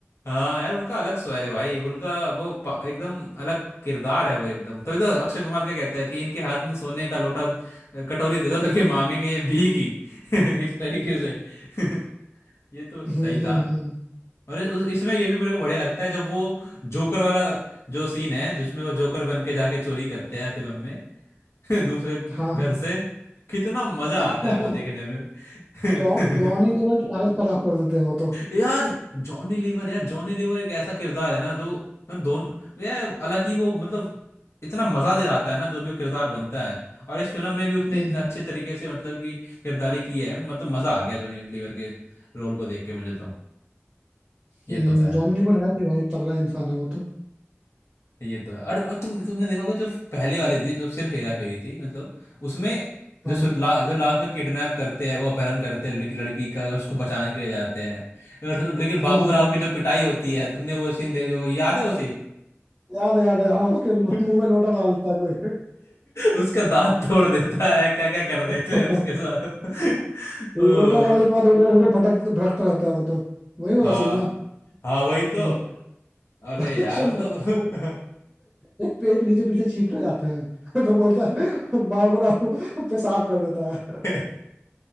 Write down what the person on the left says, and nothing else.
हाँ यार उनका अलग स्वैग है भाई उनका वो पा- एकदम अलग किरदार है वो एकदम तभी तो अक्षय कुमार क्या कहता है कि इनके हाथ में सोने का लोटा अ, कटोरी दे दो लगे मांगेंगे ये भी की <laughs> इस तरीके से <laughs> ये तो
सही था
और इ- उस- इसमें ये भी मेरे को बढ़िया लगता है जब वो जोकर वाला जो सीन है जिसमें वो जोकर बन के जाके चोरी करते हैं फिल्म में <laughs> दूसरे
घर से कितना मजा
आता है
वो देखने में <laughs>
यार जॉनी लीवर यार जॉनी लीवर एक ऐसा किरदार है ना जो मतलब दोनों यार हालांकि वो मतलब इतना मजा दिलाता है ना जो भी वो किरदार बनता है और इस फिल्म में भी उसने
इतने अच्छे तरीके से मतलब कि किरदारी की है मतलब मजा आ गया जॉनी लीवर के रोल को देख के मुझे तो ये
तो था
ये तो है और, और तुम तुमने देखा होगा जो पहले वाली थी जो सिर्फ हेरा फेरी थी मतलब उसमें
जो शुरू- ला, जो लास्ट में किडनैप करते हैं वो अपहरण करते हैं लड़की लड़की का उसको बचाने के लिए जाते हैं और- लेकिन बाबू
राव की जो पिटाई होती है तुमने वो सीन वो याद है वो
<laughs>
उसका दांत तोड़ देता है क्या क्या कर देते
हैं उसके साथ
<laughs>
ओ
हाँ
हाँ वही तो
अरे
यार
मतलब
<laughs>